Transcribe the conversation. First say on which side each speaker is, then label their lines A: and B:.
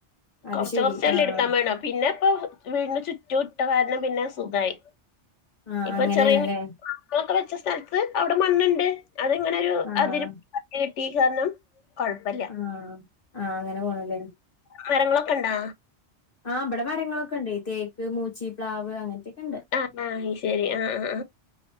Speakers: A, on the left (about 50°); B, on the left (about 85°).
A: അത്
B: കുറച്ച്
A: ശെരി
B: കുറച്ച് അല്ലേ
A: ആഹ്
B: എടുക്കാൻ വേണം പിന്നെ ഇപ്പൊ വീടിന് ചുറ്റും ഇട്ട കാരണം പിന്നെ സുഖായി
A: ആഹ്
B: ഇപ്പൊ
A: അങ്ങനെയാണല്ലേ
B: ചെറിയ <inaudible> ളൊക്കെ വെച്ച സ്ഥലത്ത് അവിടെ മണ്ണുണ്ട് അതിങ്ങനെ ഒരു
A: ആഹ്
B: അതിരി <unintelligible> കെട്ടിയ കാരണം കൊഴപ്പില്ല
A: ആഹ് ആഹ് അങ്ങനെ പോണല്ലേ.
B: മരങ്ങളൊക്കെണ്ടാ
A: ആഹ് ബ്ടെ മരങ്ങളൊക്കെ ഉണ്ട്. ഈ തേക്ക്, മൂച്ചി, പ്ലാവ് അങ്ങന് ത്തെക്കെണ്ട്.
B: ആഹ് ആ അയ്ശരി ആഹ് ആ ആഹ്.